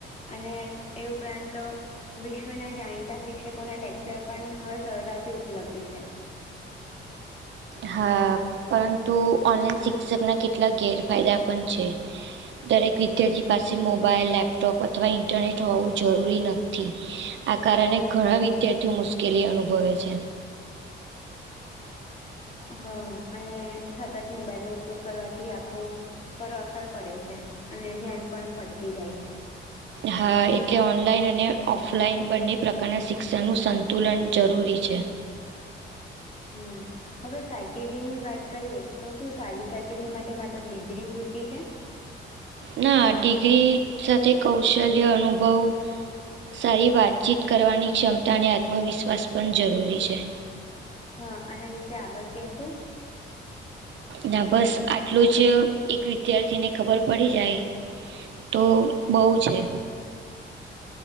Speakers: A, on the left (about 35°); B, on the right (about 70°).
A: અને એ ઉપરાંત તો. વિશ્વના જાણીતા શિક્ષકોના લેક્ચર પણ હવે સરળતાથી ઉપલબ્ધ છે.
B: હા પરંતુ ઓનલાઈન શિક્ષકના કેટલા ગેરફાયદા પણ છે. દરેક વિદ્યાર્થી પાસે મોબાઈલ લેપટોપ અથવા ઇન્ટરનેટ હોવું જરૂરી નથી. આ કારણે ઘણા વિદ્યાર્થીઓ મુશ્કેલી અનુભવે છે.
A: હા અને સતત મોબાઈલનોો ઉપયોગ કરવાથી આખો. પર અસર પડે છે અને ધ્યાન પણ ભટકી જાય છે.
B: હા એટલે ઓનલાઈન અને ઓફલાઈન બંને પ્રકારના શિક્ષણનું સંતુલન જરૂરી છે.
A: હમ. હવે કારકિર્દીની વાત કરીએ તો શું સારી કારકિર્દી માટે માત્ર ડિગ્રી પૂરતી છે.
B: ના ડિગ્રી સાથે કૌશલ્ય અનુભવ. સારી વાતચીત કરવાની ક્ષમતા અને આત્મવિશ્વાસ પણ જરૂરી છે.
A: હા આના વિશે આગળ કેશું.
B: ના બસ આટલું જ એક વિદ્યાર્થીને ખબર પડી જાય. તો બહુ છે.